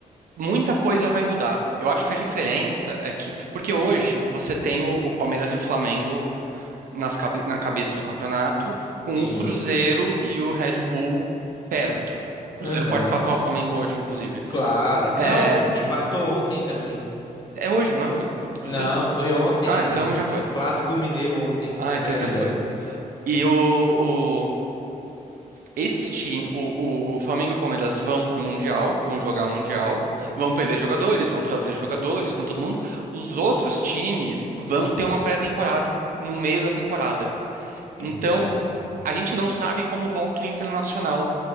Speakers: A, on the right; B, on the left.
A: muita coisa vai mudar. Eu acho que a diferença é que. Porque hoje você tem o, o Palmeiras e o Flamengo nas cabe- na cabeça do campeonato, com
B: Sim.
A: o Cruzeiro e o Red Bull perto. O Cruzeiro
B: Aham.
A: pode passar o Flamengo hoje, inclusive.
B: Claro. Não,
A: É,
B: empatou ontem também.
A: é hoje, não é o jogo do Cruzeiro?
B: Não, foi ontem.
A: Ah, então já foi.
B: É Clássico Mineiro ontem.
A: Ah, então
B: zero
A: já foi.
B: zero.
A: E o, o- esses times, o, o Flamengo e o Palmeiras vão pro Mundial, vão jogar o Mundial, vão perder jogadores, vão trazer jogadores, como todo mundo. Os outros times vão ter uma pré-temporada no meio da temporada.
B: Então,
A: Então, a gente não sabe como volta o Internacional,